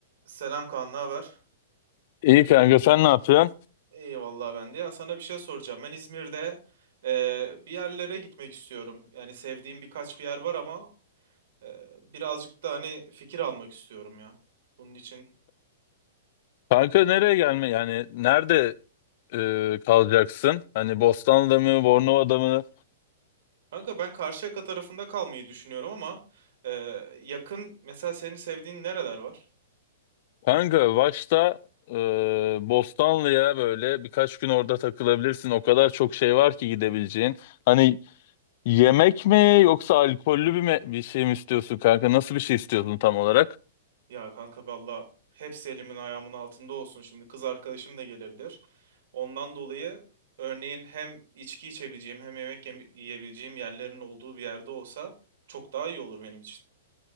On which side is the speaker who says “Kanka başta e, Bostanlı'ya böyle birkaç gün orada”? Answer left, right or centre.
Left